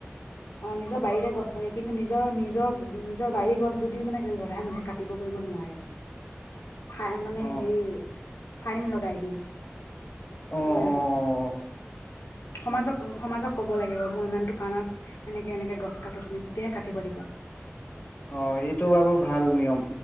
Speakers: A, on the left; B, on the left.
A: অহ নিজৰ বাৰীৰে গছ থাকে কিন্তু নিজৰ নিজৰ নিজৰ বাৰীৰ গছ যদিও মানে জধাই মধাই কাটিব কৰিব নোৱাৰে। ঠাই মানে
B: অ',
A: হেৰি ফাইন লগাই দিয়ে।
B: অ',
A: <unintelligible>
B: অ',
A: সমাজক সমাজক ক'ব লাগিব মই ইমানতো কাৰণত সেনেকে এনেকে গছ কাটো তেতিয়াহে কাটিব দিব।
B: অহ এইটো আকৌ ভাল নিয়ম।